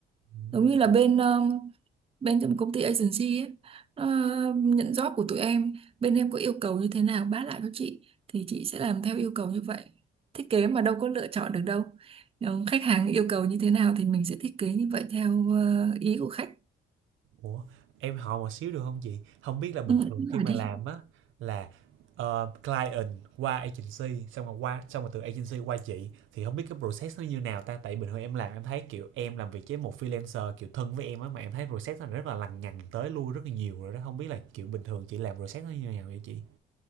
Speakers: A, on the right; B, on the right.
A: Ừm.
B: giống như là bên um, bên trong công ty agency ấy, nó nhận job của tụi em bên em có yêu cầu như thế nào báo lại cho chị thì chị sẽ làm theo yêu cầu như vậy thiết kế mà đâu có lựa chọn được đâu Nếu khách hàng yêu cầu như thế nào thì mình sẽ thiết kế như vậy theo ờ, ý của khách
A: Ủa, em hỏi một xíu được không chị? Không biết là bình
B: ừ,
A: thường
B: đúng
A: khi
B: rồi
A: mà
B: đi
A: làm á là ờ, client qua agency xong rồi qua xong rồi từ agency qua chị thì không biết cái process nó như nào ta tại bình thường em làm em thấy kiểu em làm việc với một freelancer kiểu thân với em á mà em thấy process nó rất là lằng nhằng tới lui rất là nhiều rồi đó không biết là kiểu bình thường chị làm process nó như nào vậy chị?